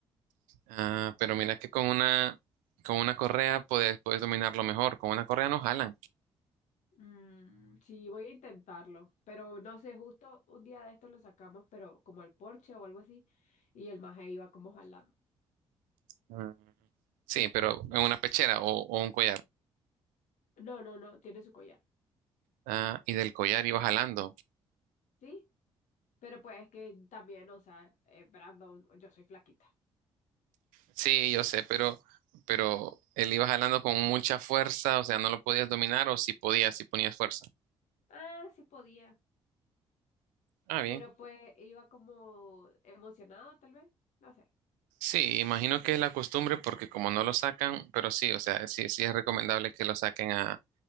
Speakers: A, on the right (about 70°); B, on the left (about 55°).
A: Ah, pero mira que con una, con una correa puedes, puedes dominarlo mejor. Con una correa no jalan.
B: Mm, sí, voy a intentarlo, pero no sé, justo un día de estos lo sacamos, pero como al porche o algo así, y el maje iba como jalando.
A: Ah. Sí, pero en una pechera o, o un collar.
B: No, no, no, tiene su collar.
A: Ah, y del collar iba jalando.
B: ¿Sí? Pero pues es que también, o sea, eh, Brandon, yo soy flaquita.
A: Sí, yo sé, pero, pero él iba jalando con mucha fuerza, o sea, no lo podías dominar o si podías, si ponías fuerza.
B: Ah, sí podía.
A: Ah, bien.
B: Pero pues iba como emocionada, tal vez. No sé.
A: Sí, imagino que es la costumbre porque como no lo sacan, pero sí, o sea, sí, sí es recomendable que lo saquen a,